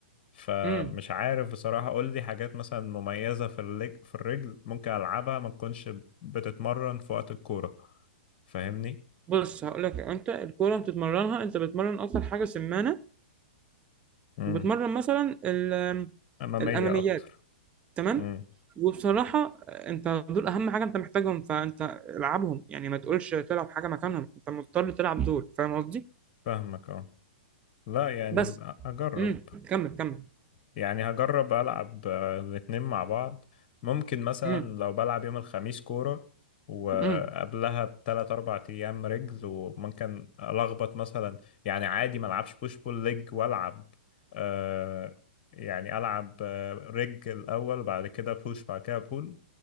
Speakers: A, on the left; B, on the right.
A: فمش
B: امم
A: عارف بصراحة قول لي حاجات مثلا مميزة في اللج... في الرجل ممكن ألعبها ما تكونش بتتمرن في وقت الكورة فاهمني؟
B: بص هقول لك انت الكوره بتتمرنها انت بتتمرن اكتر حاجه سمانه
A: امم
B: بتمرن مثلا ال-
A: أمامية
B: الاماميات
A: أكتر
B: تمام
A: امم
B: وبصراحه انت دول اهم حاجه انت محتاجهم فانت العبهم يعني ما تقولش تلعب حاجه مكانهم انت مضطر تلعب دول فاهم قصدي
A: فاهمك اه لا يعني
B: بس
A: أجرب
B: امم كمل كمل
A: يعني هجرب ألعب آه، الاتنين مع بعض ممكن مثلا
B: امم
A: لو بلعب يوم الخميس كورة وقبلها
B: امم
A: بتلات أربع أيام رجل وممكن ألخبط مثلا يعني عادي ما ألعبش بوش بول ليج وألعب آه يعني ألعب آه، رج الأول بعد كده بوش بعد كده بول